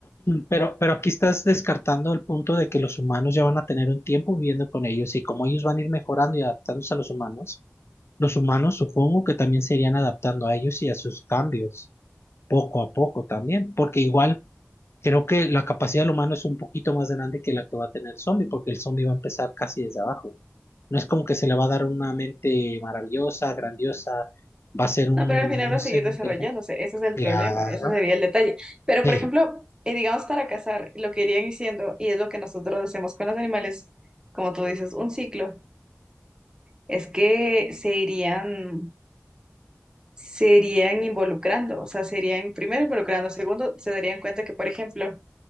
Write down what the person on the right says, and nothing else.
No, pero
al final va a seguir
desarrollándose,
ese es el
problema, ese sería el detalle. Pero,
por ejemplo, eh, digamos para cazar, lo que irían diciendo, y es lo que nosotros hacemos con los animales, como tú dices, un ciclo, es que se irían, se irían involucrando, o sea, se irían primero involucrando, segundo, se darían cuenta que, por ejemplo,